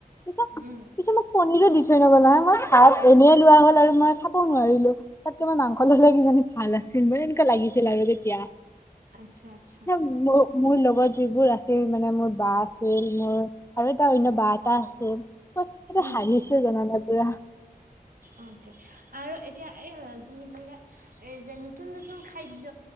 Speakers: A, on the left; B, on the right.
A: পিছে
B: উম
A: মোক পনীৰো দি নল নহয় মই ভাত এনে লোৱা হল আৰু মই খাবও নোৱাৰিলো, তাতকে মই মাংস ললে কিজানি ভাল আছিল মই লাগিছিল আৰু তেতিয়া।
B: আচ্ছা আচ্ছা
A: মোৰ লগত লগত যিবোৰ আছিল মানে মোৰ বা আছিল মোৰ আৰু এটা অনন্্য বা এটা আছিল। হেহতে
B: উম
A: হাঁহিছে। নানপুৰা।
B: অকে, আৰু এতিয়া এই তুমি ধৰিলা এই যে নতুন-নতুন খাদ্য,